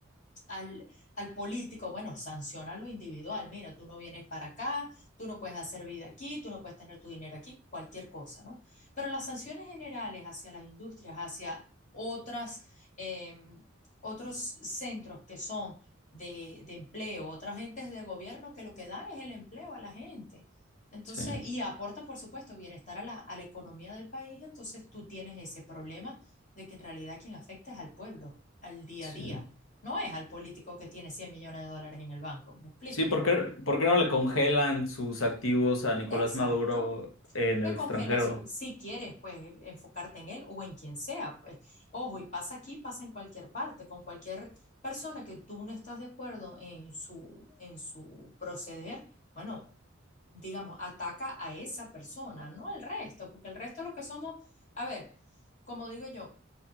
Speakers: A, on the left (about 40°); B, on the left (about 85°).
A: al, al político, bueno, sanciona lo individual, mira, tú no vienes para acá, tú no puedes hacer vida aquí, tú no puedes tener tu dinero aquí, cualquier cosa, ¿no? Pero las sanciones generales hacia las industrias, hacia otras, eh, otros centros que son de, de empleo, otras entes de gobierno que lo que dan es el empleo a la gente. Entonces,
B: sí,
A: y aportan, por supuesto, bienestar a la, a la economía del país, entonces tú tienes ese problema de que en realidad quien afecta es al pueblo, al día
B: sí.
A: a día no es al político que tiene 100 millones de dólares en el banco, ¿me explico?
B: Sí, ¿por qué, por qué no le congelan sus activos a Nicolás
A: Exacto.
B: Maduro en
A: Le
B: el extranjero?
A: congela su, si quieres, pues enfocarte en él o en quien sea. Pues. Ojo, y pasa aquí, pasa en cualquier parte, con cualquier persona que tú no estás de acuerdo en su, en su proceder, bueno, digamos, ataca a esa persona, no al resto, porque el resto lo que somos, a ver, como digo yo,